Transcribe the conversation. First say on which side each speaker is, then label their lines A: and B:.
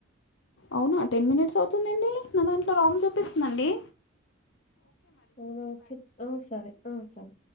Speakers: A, on the left; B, on the left.
A: అవునా టెన్ మినిట్స్ అవుతుంది ఏంది నా దాంట్లో రాంగ్ చూపిస్తుంది అండి
B: అ ఆ సరే ఆ సరే